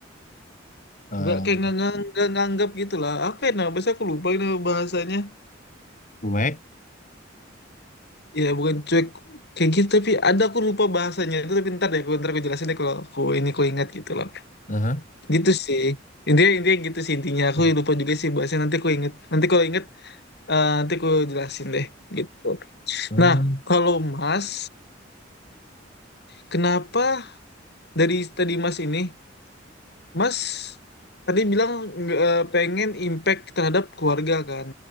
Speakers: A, on the left (about 40°); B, on the left (about 60°).
A: Eh,
B: nggak kayak nggak ngang- nggak nganggap gitu lah apa ya namanya Biasanya aku lupa ini nama bahasanya
A: cuek.
B: ya bukan cuek kayak gitu tapi ada aku lupa bahasanya itu tapi ntar deh aku ntar aku jelasin deh kalau aku ini aku ingat gitu loh
A: Aha.
B: gitu sih intinya intinya gitu sih intinya aku lupa juga sih bahasanya nanti aku inget nanti kalau inget eh, nanti aku jelasin deh gitu
A: Hmm,
B: nah kalau Mas kenapa dari tadi Mas ini Mas tadi bilang nggak, eh, pengen impact terhadap keluarga kan.